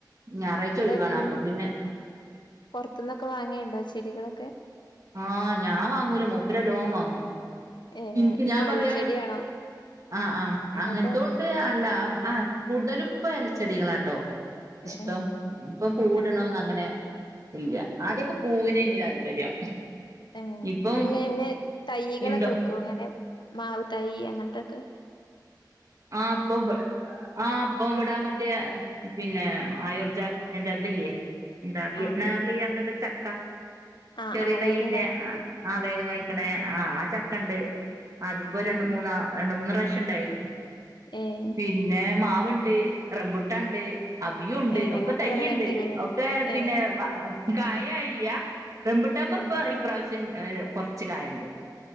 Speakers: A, on the right; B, on the left.
A: ഞായറാഴ്ച
B: ഇങ്ങള്
A: ഒഴിവാണ്
B: ഇങ്ങനെ
A: അപ്പൊ പിന്നെ
B: പൊറത്തുന്നൊക്കെ വാങ്ങിയൊണ്ടോ ചെടികള്
A: ആഹ് ഞാൻ വാങ്ങൂല മൂപ്പര് നല്ലോണം വാങ്ങും
B: ഏ
A: ഇന്ക്ക് ഞാൻ
B: ഈ എലച്ചെടിയാണോ
A: പറയാ ആഹ് ആഹ്
B: അങ്ങനത്തെ
A: അങ്ങനതോം ഉണ്ട് അല്ലാ ആഹ് കൂടുതലും ഇപ്പൊ എല ച്ചെടികളാട്ടോ ഇഷ്ടം
B: ഏ
A: ഇപ്പൊ പൂവിടണോന്ന്
B: ഏ
A: അങ്ങനെ ഇല്ല ആദ്യൊക്കെ പൂവിനേനീ
B: ഉം
A: താല്പര്യം
B: ഏഹ്
A: ഇപ്പം
B: ഇപ്പൊ ഇങ്ങനന്നെ തൈകളൊക്കെ
A: ഇണ്ടോ
B: വെക്കോ ഇങ്ങനെ മാവ് തൈ അങ്ങനത്തക്കെ
A: ആഹ് ഇപ്പൊ ഇവ് ആഹ് ഇപ്പൊ ഇവ്ടാ മറ്റേ പിന്നെ ആയൂർ ജാ <unintelligible> അതില്ലേ എന്താ വിയറ്റ്നാമിലെ
B: ആഹ്
A: അങ്ങനത്തൊരു ചക്ക
B: ആഹ്
A: ചെറിയ
B: ആഹ്
A: തയ്യിന്റെ
B: വേഗം കായ്ക്കണേ
A: ആഹ് വേഗം കയിക്കണ് ആഹ് ആ ചക്കണ്ട് അതിപ്പോ രണ്ട്
B: ഏഹ്
A: മൂന്നാ രണ്ട് മൂന്ന് ഇപ്രാവശ്യണ്ടായി
B: ഏഹ്
A: പിന്നെ മാവ്ണ്ട് റമ്പുട്ടാണ്ട് അബിയൂണ്ട്
B: ഏഹ്
A: ഒക്കെ
B: അങ്ങനത്തെ
A: തയ്യ്ണ്ട്
B: കൊറേ ഇണ്ട്ല്ലേ
A: ഒക്കെ പിന്നെ
B: ഏഹ്
A: കായും ആയില്ല്യ റംബൂട്ടാമ്
B: ഏഹ്
A: ഇപ്പൊ ഇപ്രാവശ്യം ഇ <unintelligible> കൊറച്ച് കായണ്ട്